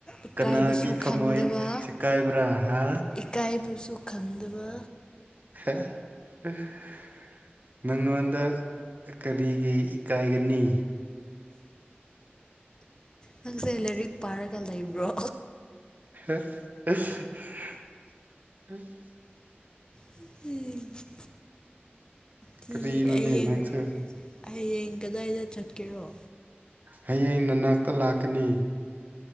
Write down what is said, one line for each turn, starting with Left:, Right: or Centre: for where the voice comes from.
Left: ꯏꯀꯥꯏꯕꯁꯨ
Right: ꯀꯅꯥꯒꯤ ꯊꯝꯃꯣꯏ
Left: ꯈꯪꯗꯕ
Right: ꯁꯦꯀꯥꯏꯕ꯭ꯔꯥ ꯍꯥ
Left: ꯏꯀꯥꯏꯕꯁꯨ ꯈꯪꯗꯕ
Right: <unintelligible> ꯅꯪꯉꯣꯟꯗ ꯀꯔꯤꯒꯤ ꯏꯀꯥꯏꯒꯅꯤ
Left: ꯅꯪꯁꯦ ꯂꯥꯏꯔꯤꯛ ꯄꯥꯔꯒ ꯂꯩꯕ꯭ꯔꯣ
Right: <unintelligible>
Left: <unintelligible> ꯀꯤ
Right: ꯀꯔꯤꯅꯣꯅꯦ
Left: ꯑꯌꯦꯡ
Right: ꯅꯪꯁꯨ
Left: ꯍꯌꯦꯡ ꯀꯗꯥꯏꯗ ꯆꯠꯀꯦꯔꯣ
Right: ꯍꯌꯦꯡ ꯅꯅꯥꯛꯇ ꯂꯥꯛꯀꯅꯤ